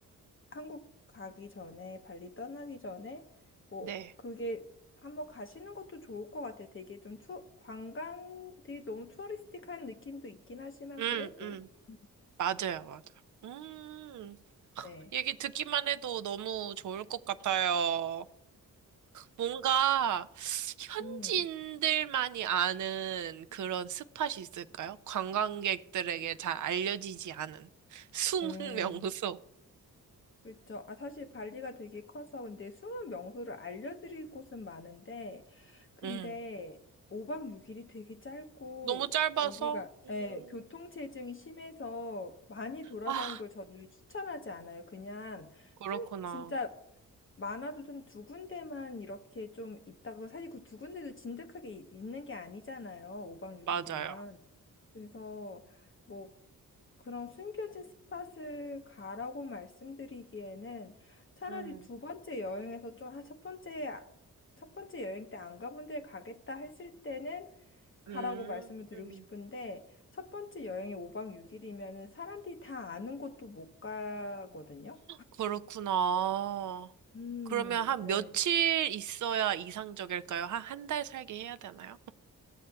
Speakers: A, on the left; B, on the right.
A: 한국 가기 전에 발리 떠나기 전에 뭐
B: 네.
A: 그게 한번 가시는 것도 좋을 것 같아요. 되게 좀 투, 관광 되게 너무 투어리스틱한 느낌도 있긴 하지만
B: 음,
A: 그래도
B: 음.
A: 음,
B: 맞아요, 맞아요. 음.
A: 네.
B: 얘기 듣기만 해도 너무 좋을 것 같아요. 뭔가 현지인들만이
A: 음.
B: 아는 그런 스팟이 있을까요? 관광객들에게 잘 알려지지 않은 숨은
A: 음.
B: <laughs> 명소.
A: 그렇죠. 아, 사실 발리가 되게 커서 근데 숨은 명소를 알려드릴 곳은 많은데 근데
B: 음.
A: 5박 6일이 되게 짧고
B: 너무 짧아서?
A: 여기가
B: 음.
A: 예, 교통체증이 심해서 많이 돌아다닌
B: 아,
A: 걸 저는 추천하지 않아요. 그냥
B: 그렇구나.
A: 한 진짜 많아도 한 두 군데만 이렇게 좀 있다가 사실 그 두 군데도 진득하게 이- 있는 게 아니잖아요. 5박 6일이면.
B: 맞아요.
A: 그래서 뭐 그런 숨겨진 스팟을 가라고 말씀드리기에는 차라리
B: 음.
A: 두 번째 여행에서 좀, 아, 첫 번째, 첫 번째 여행 때 안 가본 데 가겠다 했을 때는 가라고
B: 음.
A: 말씀을 드리고 싶은데 첫 번째 여행이 5박 6일이면은 사람들이 다 아는 곳도 못 가거든요.
B: 그렇구나.
A: 음,
B: 그러면 한
A: 네.
B: 며칠 있어야 이상적일까요? 한 한 달 살기 해야 되나요?